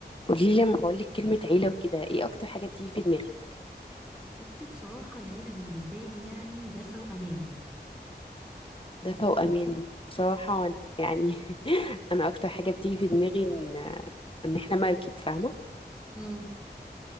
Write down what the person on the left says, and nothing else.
قولي لي لما بقول لك كلمة عيلة وكده ايه اكتر حاجة بتيجي في دماغك
دفى وامان بصراحة وانا يعني <laughs> انا اكتر حاجة بتيجي في دماغي ان ان احنا مركب فاهمة